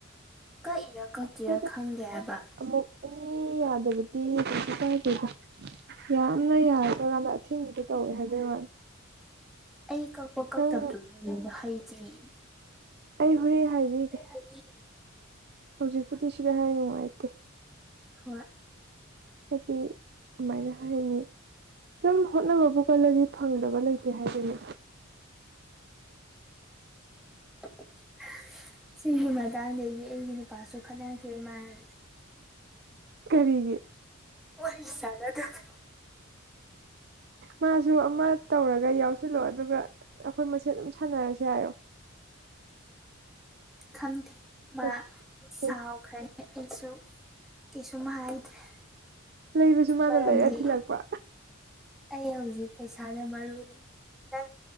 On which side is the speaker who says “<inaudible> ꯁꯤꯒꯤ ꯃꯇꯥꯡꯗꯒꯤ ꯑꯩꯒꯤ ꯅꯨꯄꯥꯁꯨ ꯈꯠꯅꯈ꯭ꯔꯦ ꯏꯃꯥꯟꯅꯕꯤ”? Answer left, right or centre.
Centre